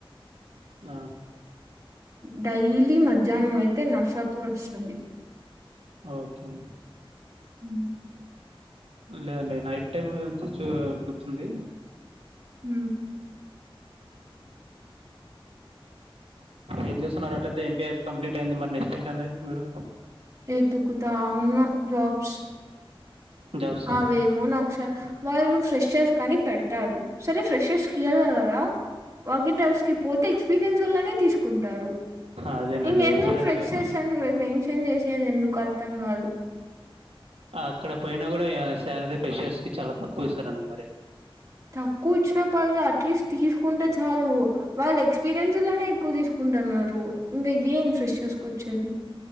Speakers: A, on the right; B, on the right.
A: నా
B: డైలీ మధ్యాహ్నం అయితే నర్సాపుూర్ వస్తుంది
A: ఓకే
B: హ
A: లేదండి నైట్ టైమ్ తుచు గుర్తుంది
B: ఉ
A: ఏం చేస్తున్నార అయితే ఎంబఐ కంప్లీట్ అయింది మరి నెక్స్ట్ ఏంటండి మీరు
B: ఎతుకుతా ఉన్న జాబ్స్
A: జాబ్స్ అండి
B: అవేమో నక్ష వాళ్ళు ఫ్రెషర్స్ కానీ పెడతారు సరే ఫ్రెషర్స్ కియల కదా వాకి డ్రైవ్స్ కి పోతే ఎక్స్పీరియన్స్ వల్లనే తీసుకుంటారు
A: అదేనండి
B: ఇంక ఎన్నో
A: ఎక్స్పీరియన్స్
B: ప్రెక్షర్స్ అని మెన్షన్ చేసేది ఎందుకు అర్థం కాదు
A: అక్కడ పోయినా కూడా శాలరీ ప్రెషర్స్కి చాలా తక్కువ ఇస్తారు అంట మరి
B: తక్కువ ఇచ్చిన పర్లే అట్లీస్ట్ తీస్కుంటే చాలు వాళ్ళ ఎక్స్పీరియన్స్ లోనే ఎక్కువ తీసుకుంటున్నారు ఇంకా ఏం ఫ్రెషర్స్ కొచ్చేది